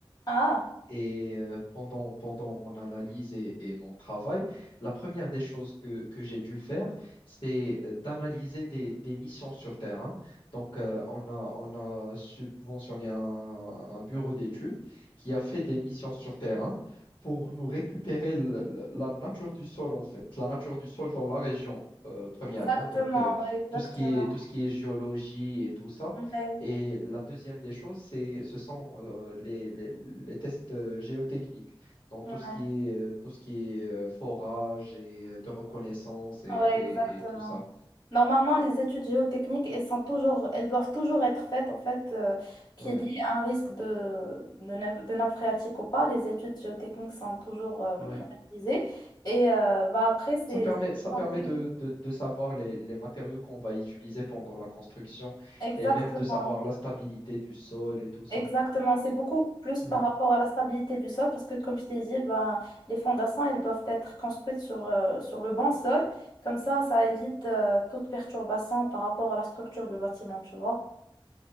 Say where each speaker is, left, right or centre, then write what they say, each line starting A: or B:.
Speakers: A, on the left; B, on the left.
A: Ah.
B: Et euh, pendant, pendant mon analyse et, et mon travail, la première des choses que, que j'ai dû faire, c'est euh, d'analyser des, des missions sur terrain. Donc, euh, on a, on a subventionné un, un bureau d'études qui a fait des missions sur terrain pour nous récupérer le- le- la nature du sol, en fait, la nature du sol dans la région, euh, premièrement.
A: Exactement,
B: Donc, euh,
A: ouais, exactement.
B: tout ce qui est, tout ce qui est géologie et tout ça.
A: Ouais,
B: Et la deuxième des choses, c'est, ce sont euh, les, les- les tests euh, géotechniques, donc
A: ouais,
B: tout ce qui est, euh, tout ce qui est euh, forage et euh, de reconnaissance et,
A: ouais,
B: et-
A: exactement.
B: et tout ça.
A: Normalement, les études géotechniques, elles sont toujours, elles doivent toujours être faites, en fait, euh, qu'il
B: Ouais,
A: y ait un risque de, de, nappe, de nappe phréatique ou pas. Les études géotechniques sont toujours euh,
B: ouais.
A: réalisées. Et euh, bah, après, c'est...
B: Ça permet, ça permet
A: c'est-
B: de, de- de savoir les, les matériaux qu'on va utiliser pendant la construction
A: Exactement.
B: et même de savoir la stabilité du sol et tout ça.
A: Exactement, c'est beaucoup plus
B: Ouais,
A: par rapport à la stabilité du sol parce que comme je t'ai dit, ben, les fondations, elles doivent être construites sur, euh, sur le bon sol. Comme ça, ça évite euh, toute perturbation par rapport à la structure du bâtiment, tu vois.